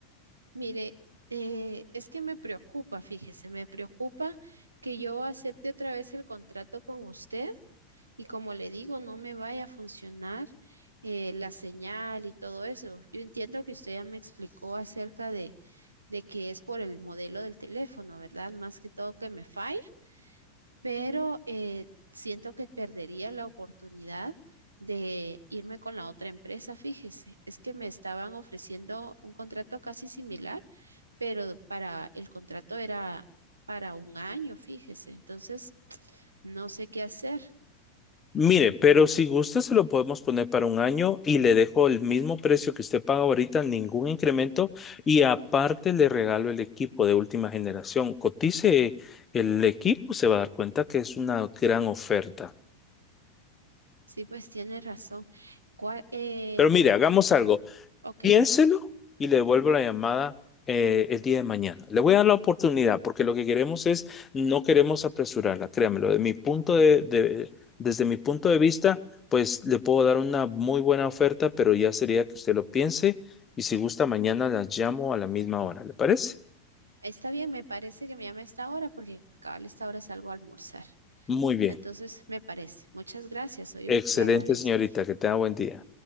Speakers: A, on the right; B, on the left.
A: Mire, eh, es que me preocupa, fíjese, me preocupa que yo acepte otra vez el contrato con usted y como le digo, no me vaya a funcionar eh, la señal y todo eso. Yo entiendo que usted ya me explicó acerca de de que es por el modelo del teléfono, ¿verdad? Más que todo que me falla, pero eh, siento que perdería la oportunidad de irme con la otra empresa, fíjese, es que me estaban ofreciendo un contrato casi similar, pero para el contrato era para un año, fíjese, entonces no sé qué hacer.
B: Mire, pero si gusta se lo podemos poner para un año y le dejo el mismo precio que usted paga ahorita, ningún incremento y aparte le regalo el equipo de última generación. Cotice el equipo, se va a dar cuenta que es una gran oferta.
A: Sí, pues tiene razón. ¿Cuál, eh,
B: Pero mire, hagamos algo.
A: ok,
B: Piénselo y le devuelvo la llamada eh, el día de mañana. Le voy a dar la oportunidad porque lo que queremos es, no queremos apresurarla, créamelo, de mi punto de, de- desde mi punto de vista, pues le puedo dar una muy buena oferta, pero ya sería que usted lo piense y si gusta mañana las llamo a la misma hora, ¿le parece?
A: está bien, me parece que me llame a esta hora porque cabal a esta hora salgo a almorzar.
B: Muy bien.
A: Entonces, me parece. Muchas gracias, soy
B: Excelente,
A: yo. Le agradezco
B: señorita, que tenga buen día.